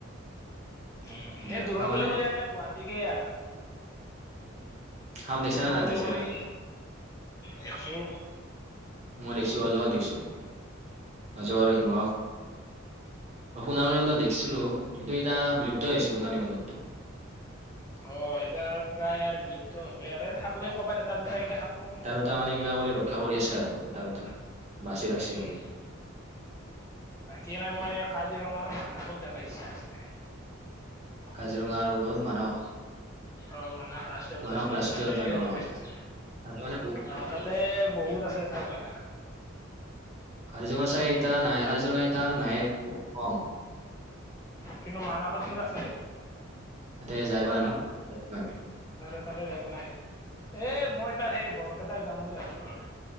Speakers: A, on the left (about 15°); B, on the right (about 35°).
A: উম,
B: দেখা
A: এই দূৰৰ
B: মানে
A: বুলি কলি আৰু গুৱাহাটীকেই আৰু।
B: সাপ দেখিছা
A: দূৰৰ
B: নে নাই
A: বুলি
B: তই চিৰিয়াখানাত
A: ক'লেই দেছো
B: মই দেখছো অজগৰ দেখিছোঁ। অজগৰ আৰু সিংহ, সোণালী বান্দৰ অ' দেখিছিলোঁ। কিন্তু এতি বিলুপ্ত হৈছো সোণালী বান্দৰটোৰ।
A: অ' এতিয়া প্ৰায় আৰু বিলুপ্ত হবই আৰু থাকলেও কৰবাত এটা দুটা এনকে থাকবো।
B: টা মানে কিবা কৰি ৰক্ষা কৰি আছে আৰু এটা দুটা বাচি ৰাখছে
A: উম।
B: আৰু
A: বাকী এনেই মোৰ এই কাজিৰঙা আৰু মানাসক যাব ইচ্ছা আছে।
B: কাজিৰঙাৰ আৰু মানস।
A: অ' মানাহ ৰাষ্ট্ৰীয় উদ্যান
B: মানস
A: যি
B: ৰাষ্ট্ৰীয়
A: আছে তাতেহে
B: উদ্যান
A: এ
B: অ
A: যাবা ইছা আছে।
B: তাতে মানে বহুত
A: অ' তাতে বহুত আছে চাব লগা।
B: কাজিৰঙা চাই ইতা নাই কাৰজিৰঙাইটা নাই বহুত কম।
A: কিন্তু, মানহত কিন্তু আছে।
B: তাতে যাই পোৱা নাই ন।
A: তাৰপিছত তাতে যায় পোৱা নাই এ মই এইবাৰ সেই বৰপেটাৰ যাম বুলি ভাবছো ৰহ।